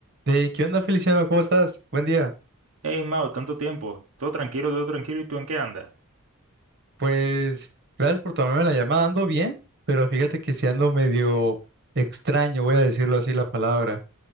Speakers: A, on the right; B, on the right.
A: Hey, ¿qué onda, Feliciano? ¿Cómo estás? Buen día.
B: Hey, Mao, tanto tiempo. Todo tranquilo, todo tranquilo. ¿Y tú en qué andas?
A: Pues gracias por tomarme la llamada. Ando bien, pero fíjate que si ando medio extraño, voy a decirlo así la palabra.